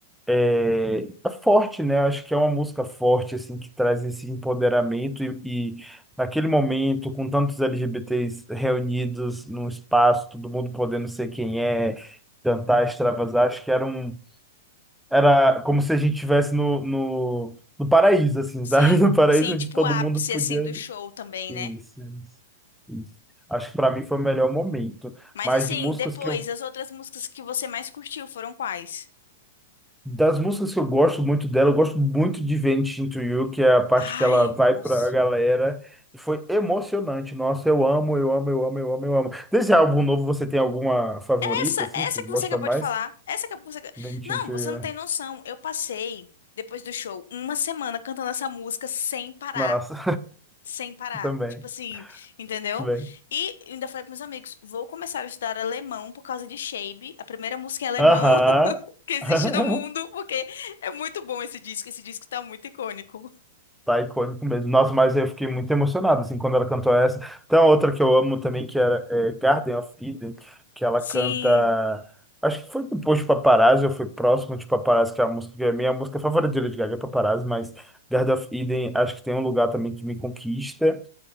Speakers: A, in the centre; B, on the left.
A: é, é forte, né? Acho que é uma música forte, assim, que traz esse empoderamento e, e naquele momento, com tantos LGBTs reunidos num espaço, todo mundo podendo ser quem é, cantar, extravasar, acho que era um, era como se a gente estivesse no, no, no paraíso, assim,
B: Sim,
A: sabe? <laughs> No paraíso
B: sim,
A: onde
B: tipo
A: todo
B: o ápice
A: mundo podia.
B: assim do show também,
A: Isso,
B: né?
A: isso. né? isso. Acho que para mim foi o melhor momento.
B: Mas
A: Mas
B: assim,
A: de músicas
B: depois,
A: que eu
B: as outras músicas que você mais curtiu foram quais?
A: Das músicas que eu gosto muito dela, eu gosto muito de Vent Into You, que é a parte
B: Ai,
A: que ela vai
B: nossa.
A: pra galera. E foi emocionante. Nossa, eu amo, eu amo, eu amo, eu amo, eu amo. Desse álbum novo, você tem alguma favorita,
B: Essa,
A: assim,
B: essa
A: que você gosta
B: que você acabou
A: mais?
B: de falar, essa que você...
A: Vent
B: Não,
A: Into
B: você
A: You.
B: não tem noção. Eu passei, depois do show, uma semana cantando essa música sem parar.
A: Nossa,
B: Sem parar.
A: <laughs> também,
B: Tipo assim, entendeu?
A: também.
B: E ainda falei para meus amigos, vou começar a estudar alemão por causa de Shape, a primeira música em alemão
A: Aham.
B: <laughs> que existe
A: <laughs>
B: no mundo, porque é muito bom esse disco. Esse disco tá muito icônico.
A: Tá icônico mesmo. Nossa, mas eu fiquei muito emocionado, assim, quando ela cantou essa. Tem uma outra que eu amo também, que era é, Garden of Eden, que ela
B: Sim.
A: canta... Acho que foi depois de Paparazzi, ou foi próximo de Paparazzi, que é a música, que é a minha música favorita de Lady Gaga, é Paparazzi, mas Garden of Eden, acho que tem um lugar também que me conquista.